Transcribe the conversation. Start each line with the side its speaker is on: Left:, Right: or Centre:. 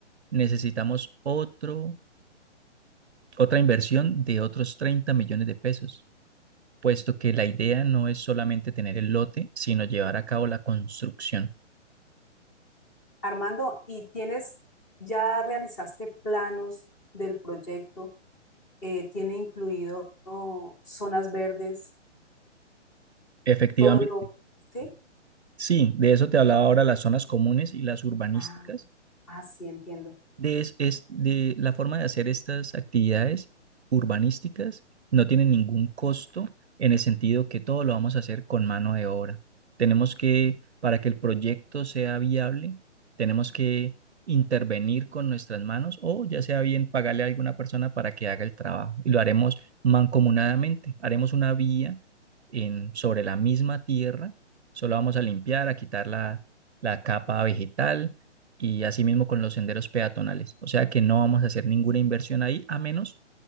Right: necesitamos otro, otra inversión de otros 30 millones de pesos, puesto que la idea no es solamente tener el lote, sino llevar a cabo la construcción.
Left: Armando, ¿y tienes, ya realizaste planos del proyecto? Eh, ¿tiene incluido oh, zonas verdes?
Right: Efectivamente,
Left: Todo lo... ¿Sí?
Right: sí, de eso te hablaba ahora las zonas comunes y las urbanísticas
Left: Ah, ah, sí, entiendo.
Right: de, es, es de la forma de hacer estas actividades urbanísticas no tiene ningún costo en el sentido que todo lo vamos a hacer con mano de obra. Tenemos que, para que el proyecto sea viable, tenemos que intervenir con nuestras manos o ya sea bien pagarle a alguna persona para que haga el trabajo. Y lo haremos mancomunadamente. Haremos una vía en, sobre la misma tierra. Solo vamos a limpiar, a quitar la, la capa vegetal y asimismo con los senderos peatonales. O sea que no vamos a hacer ninguna inversión ahí, a menos